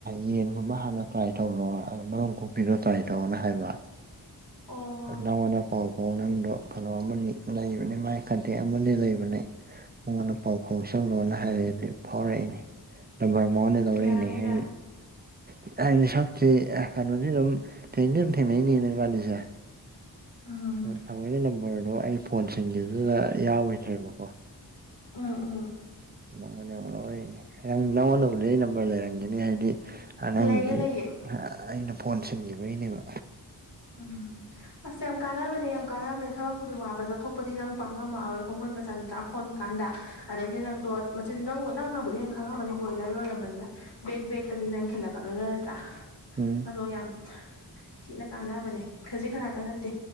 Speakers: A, on the right; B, on the left.
A: ꯌꯦꯟꯒꯨꯝꯕ ꯍꯥꯟꯅ ꯇ꯭ꯔꯥꯏ ꯇꯧꯔꯣ ꯃꯔꯨꯝ ꯀꯣꯛꯄꯤꯗꯣ ꯇ꯭ꯔꯥꯏ ꯇꯧꯔꯣꯅ ꯍꯥꯏꯕ
B: ꯑꯣ
A: ꯅꯪꯉꯣꯟꯗ ꯄꯥꯎ ꯐꯥꯎ ꯅꯪꯗꯣ ꯀꯩꯅꯣ ꯑꯃꯅꯤ ꯂꯩꯕꯅꯦ ꯃꯥꯏ ꯀꯟꯇꯦꯛ ꯑꯃꯅꯤ ꯂꯩꯕꯅꯦ ꯃꯉꯣꯟꯗ ꯄꯥꯎ ꯐꯥꯎꯁꯜ ꯂꯣꯅ ꯍꯥꯏꯔꯛ ꯑꯦ ꯐꯥꯎꯔꯛꯏꯅꯦ ꯅꯝꯕꯔ ꯃꯉꯣꯟꯗ ꯂꯧꯔꯛꯏꯅꯦ
B: ꯌꯥꯏ
A: ꯍꯦ
B: ꯌꯥꯏ
A: <unintelligible> ꯁꯤ ꯀꯩꯅꯣꯁꯤ ꯑꯗꯨꯝ ꯊꯦꯡꯗꯤ ꯑꯗꯨꯝ ꯊꯦꯡꯅꯔꯤꯕꯅꯤ ꯏꯕꯥꯅꯤꯁꯦ
B: ꯎꯝ
A: <unintelligible> ꯅꯝꯕꯔꯗꯣ ꯑꯩ ꯐꯣꯟꯁꯤꯡꯒꯤꯕꯗꯨꯗ ꯌꯥꯎꯒꯤꯗ꯭ꯔꯦꯕꯀꯣ
B: ꯎꯝ ꯎꯝ
A: ꯃꯉꯣꯟꯗꯩ ꯂꯧꯔꯛꯏꯅꯦ ꯅꯪꯉꯣꯟꯗꯕꯨꯗꯤ ꯑꯩ ꯅꯝꯕꯔ ꯂꯩꯔ ꯅꯤ ꯍꯥꯏꯗꯤ ꯅꯪꯒꯤꯗꯤ
B: ꯂꯩꯌꯦ ꯂꯩꯌꯦ
A: ꯑꯩꯅ ꯐꯣꯟ ꯁꯤꯟꯈꯤꯕꯒꯤꯅꯦꯕ
B: ꯎꯝ ꯑꯁ ꯌꯥꯝ ꯀꯥꯟꯅꯕꯅꯦ ꯌꯥꯝ ꯀꯥꯟꯅꯕꯅꯦ ꯊꯕꯛꯄꯨꯗꯤ ꯋꯥꯕ ꯆꯠꯊꯣꯛꯄꯗꯤ ꯅꯪ ꯄꯥꯡ ꯉꯝꯃꯛꯑꯔꯣꯏ ꯀ ꯃꯣꯏ ꯃꯆꯆꯥ ꯆꯥꯛ ꯍꯣꯟ ꯀꯥꯟꯗ ꯑꯗꯗꯒꯤ ꯅꯪꯗꯣ ꯃꯆꯤꯟ ꯅꯪ ꯅꯪꯅ ꯕꯨꯗꯤ ꯍꯦꯟ ꯈꯪꯉꯝꯃꯅꯤ ꯕꯣꯏꯂꯔ ꯂꯣꯏꯔꯝꯕꯅꯤꯅ ꯕꯦꯛ ꯕꯦꯛꯇꯅꯤ ꯅꯪ ꯈꯤꯜꯂꯛꯀꯗꯣꯏ ꯅꯠꯇ꯭ꯔꯥ <unintelligible>
A: ꯎꯝ
B: ꯌꯥꯝ ꯊꯤꯅ ꯀꯥꯟꯅꯕꯅꯦ ꯈꯖꯤꯛ ꯈꯔꯥꯛꯀ ꯅꯠꯇꯦ